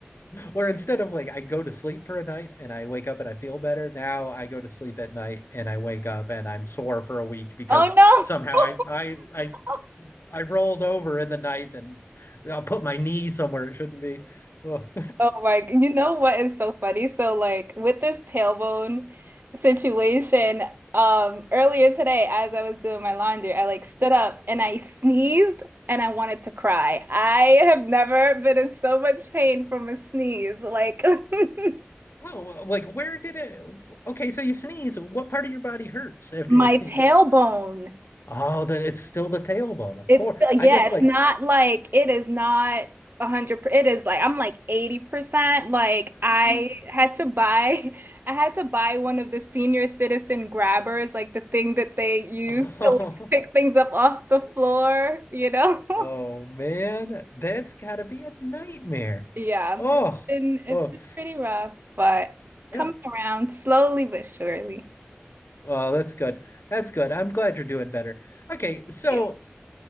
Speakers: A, on the left; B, on the right.
A: where instead of like i go to sleep for a night and i wake up and i feel better now i go to sleep at night and i wake up and i'm sore for a week because
B: Oh no.
A: somehow i i i
B: <laughs>
A: I rolled over in the night and I put my knee somewhere it shouldn't be. Oh.
B: Oh my, g- you know what is so funny? So like with this tailbone situation, um earlier today as I was doing my laundry, I like stood up and I sneezed and I wanted to cry. I have never been in so much pain from a sneeze. Like <laughs>
A: <laughs> oh, uh, like where did it? Okay, so you sneeze. What part of your body hurts after
B: my
A: you sneeze?
B: tailbone.
A: Oh, the it's still the tailbone, of
B: It's
A: course.
B: uh, yeah,
A: I guess
B: it's
A: like
B: not like it is not a hundred. per- It is like I'm like 80%. Like
A: <laughs>
B: I had to buy, <laughs> I had to buy one of the senior citizen grabbers, like the thing that they use
A: oh,
B: to like, pick things up off the floor, you know? <laughs>
A: oh man, that's gotta be a nightmare.
B: Yeah,
A: Oh,
B: it's been it's
A: oh
B: been pretty rough, but coming
A: yeah.
B: around slowly but surely.
A: Well, that's good. That's good. I'm glad you're doing better. Okay, so
B: Yeah.